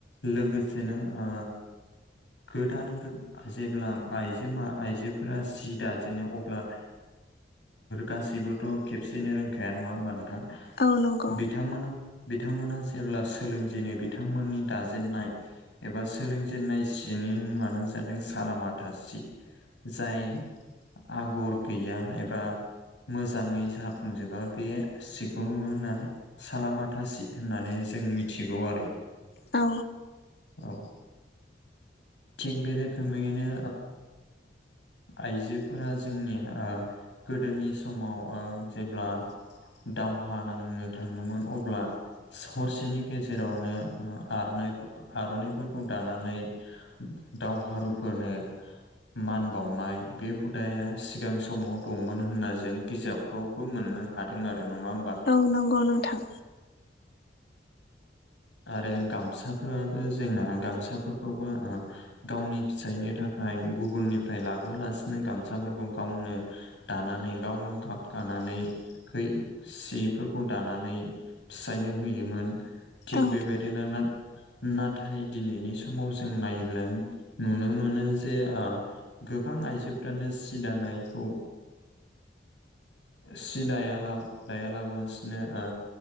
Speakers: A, on the left (about 90°); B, on the left (about 60°).
A: लोगोसेनो ओ गोदान जेब्ला आइजो आइजोफोरा सि दाजेनो अब्ला गासैबोथ' खेबसेयनो रोंखाया नङा होमबा नोंथां
B: औ नंगौ
A: बिथां बिथांमोना जेब्ला सोलोंजेनो बिथांमोननि दा जेननाय एबा सोलोंजेननाय सिनि मुङानो जादों सालामाथा सि जाय आगर गैया एबा मोजाङै जाफुंजोबा बेयो सिगु होननानै। सालामाथासि होननानै जों मिथिगौ आरो
B: औ
A: औ थिग बे रोखोमैनो आइजोफोरा जोंनि गोदोनि समाव जेब्ला दावहा नांनो थाङोमोन अब्ला सरसेनि गेजेरावनो आरनाय आर'नाइफोरखौ दानानै दावहारुफोरनो मान बावनाय बे हुदाया सिगां समाव दंमोन होनना जों बिजाब फावबो मोननो हादों आरो नङा होमबा
B: औ नंगौ नोंथां।
A: आरो गामसाफोराबो जोंना गामसाफोरखौबो गावनि फिसाइनि थाखाय गुबुननिफ्राय लाबोलासिनो गामसाफोरखौ गावनो दानानै गावनो गाब गानानै बै सिफोरखौ दानानै फिसायनो होयोमोन थिग
B: औ
A: बेबायदिनो नाथाय दिनैनि समाव जों नायोब्ला नुनो मोनो जे गोबां आइजोफ्रानो सि दानायखौ सि दाया दायालाबासिनो ओ